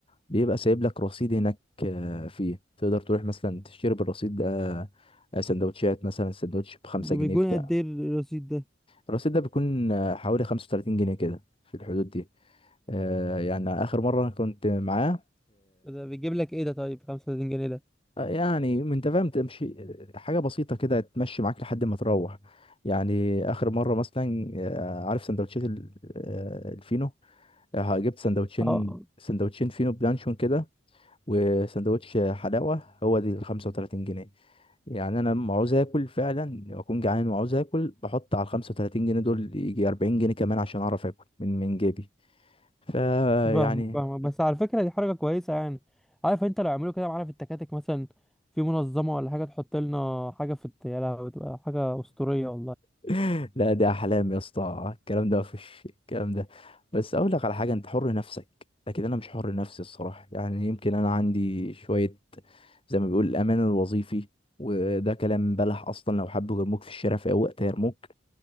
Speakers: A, on the left; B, in the centre.
A: بيبقى سايب لك رصيد هناك آه فيه تقدر تروح مثلا تشتري بالرصيد ده آه، سندوتشات مثلا سندوتش بخمسة
B: ده
A: جنيه
B: بيكون
A: بتاع
B: قد ايه الرصيد ده
A: الرصيد ده بيكون آه، حوالي خمسة وتلاتين جنيه كده في الحدود دي آه يعني آخر مرة أنا كنت معاه
B: ده بيجيب لك ايه ده طيب 35 جنيه ده
A: آه، يعني انت فاهم تمشي آه، حاجه بسيطه كده تمشي معاك لحد ما تروح يعني اخر مره مثلا آه، عارف سندوتشات ال- آه، الفينو آه، جبت سندوتشين
B: اه
A: سندوتشين فينو بلانشون كده وسندوتش حلاوه هو دي ال 35 جنيه يعني انا لما عاوز اكل فعلا اكون جعان وعاوز اكل بحط على ال 35 جنيه دول يجي 40 جنيه كمان عشان اعرف اكل من من جيبي فيعني
B: فاهم فاهم بس على فكرة دي حركة كويسة يعني عارف انت لو عملوا كده معانا في التكاتك مثلا في منظمة ولا حاجة تحط لنا حاجة في الت- يا لهوي بتبقى حاجة أسطورية والله
A: <laughs> لا ده احلام يا اسطى الكلام ده مفيش الكلام ده بس اقول لك على حاجه انت حر نفسك لكن انا مش حر نفسي الصراحه يعني يمكن انا عندي شويه زي ما بيقول الامان الوظيفي وده كلام بلح اصلا لو حبوا يرموك في الشارع في اي وقت هيرموك